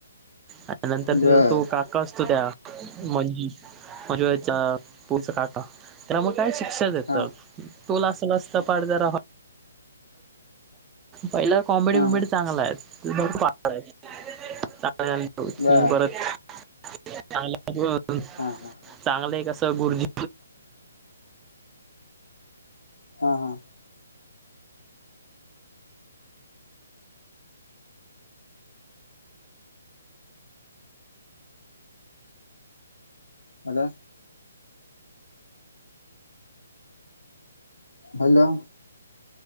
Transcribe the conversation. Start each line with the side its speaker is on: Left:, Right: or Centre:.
Right: आणि नंतर
Left: बर
Right: तिचा तो काका असतो त्या मंजू <unintelligible> पोरीचा काका त्याला मग काय शिक्षा देत.
Left: हा
Right: तूला लासन असता पार्ट जरा पहिला कॉमेडी
Left: हा
Right: बीमेडी चांगलाय. <unintelligible> <unintelligible>
Left: बर
Right: तीन परत <unintelligible>
Left: हा हा
Right: चांगलय कसं गुरुजी
Left: हा. हा. हॅलो! हॅलो!